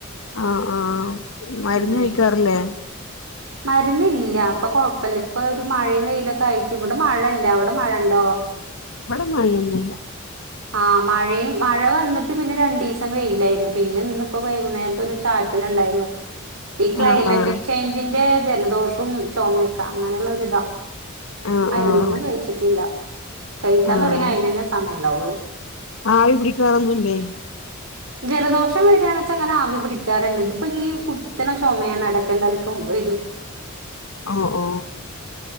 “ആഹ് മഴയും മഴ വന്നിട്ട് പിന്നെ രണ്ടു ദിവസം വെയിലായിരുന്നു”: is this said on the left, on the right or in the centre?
Right